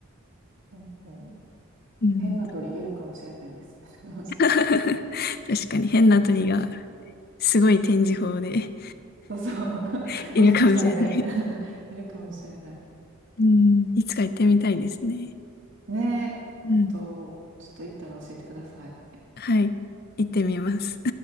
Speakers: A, on the right; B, on the left.
A: そうそう
B: うん
A: 変な鳥いるかもしれないです。<laughs> もしかしたら。
B: <laughs> 確かに変な鳥がすごい展示法で
A: そうそう。<laughs>
B: <laughs> いるかもしれない。
A: もしかしたらね <laughs> いるかもしれない。
B: うん。いつか行ってみたいですね。
A: ねえ、
B: うん。
A: ほんと、ちょっと行ったら教えてください。
B: はい、行ってみます。